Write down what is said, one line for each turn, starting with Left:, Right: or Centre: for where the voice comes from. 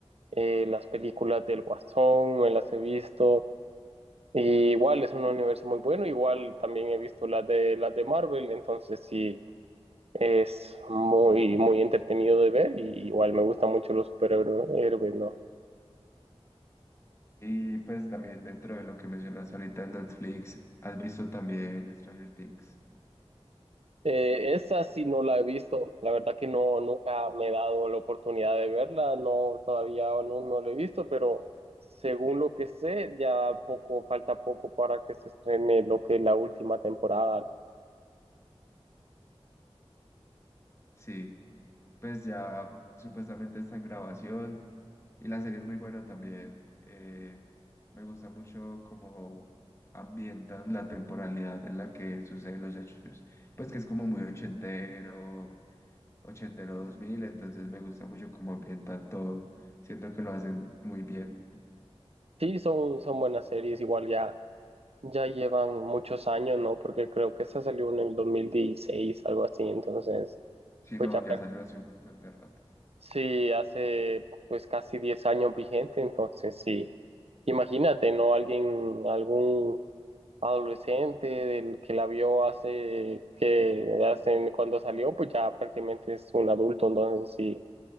Right: eh, las películas del Guasón, me las he visto. Y igual es un universo muy bueno, igual también he visto las de las de Marvel, entonces sí. Es muy, muy entretenido de ver y igual me gustan mucho los superhéroes, ¿no?
Left: y pues también dentro de lo que mencionas ahorita en Netflix, ¿has visto también Stranger Things?
Right: Eh, esa sí no la he visto, la verdad que no, nunca me he dado la oportunidad de verla, no, todavía no, no la he visto, pero según lo que sé, ya poco, falta poco para que se estrene lo que es la última temporada. ¿no?
Left: Sí, pues ya supuestamente está en grabación y la serie es muy buena también. Eh, me gusta mucho cómo ambientan la temporalidad en la que suceden los hechos. Pues que es como muy ochentero, ochentero 2000, entonces me gusta mucho cómo ambientan todo. Siento que lo hacen muy bien.
Right: Sí, son, son buenas series, igual ya, ya llevan muchos años, ¿no? Porque creo que esa salió en el 2016 algo así, entonces,
Left: Si
Right: pues
Left: no,
Right: ya
Left: ya salió hace un montón de rato.
Right: Sí, hace pues casi 10 años vigente, entonces sí, imagínate, ¿no? Alguien, algún adolescente del que la vio hace que hace cuando salió, pues ya prácticamente es un adulto, entonces sí,